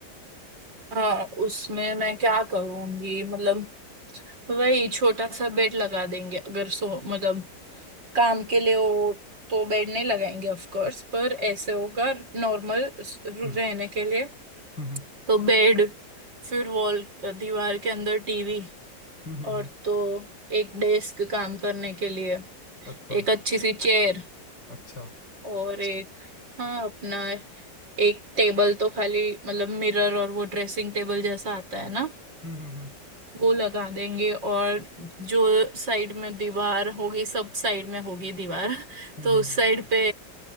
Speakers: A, on the right (about 90°); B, on the left (about 75°).
A: हाँ उसमें मैं क्या करूंगी मतलब वही छोटा सा बेड लगा देंगे अगर सो मतलब काम के लिए हो तो बेड नहीं लगाएंगे ऑफ कोर्स पर ऐसे होगा नॉर्मल
B: हम्म
A: रहने के लिए
B: हम्म
A: तो बेड फिर वॉल दीवार के अंदर टीवी
B: हम्म हम्म,
A: और
B: हम्म,
A: तो एक डेस्क काम करने के लिए
B: अच्छा
A: एक अच्छी सी चेयर
B: अच्छा
A: और एक हाँ अपना एक टेबल तो खाली मतलब मिरर और वो ड्रेसिंग टेबल जैसा आता है ना
B: हम्म हम्म हम्म
A: वो लगा देंगे और जो साइड में दीवार होगी सब साइड में होगी दीवार <laughs>
B: हम्म
A: तो
B: हम्म,
A: उस साइड पे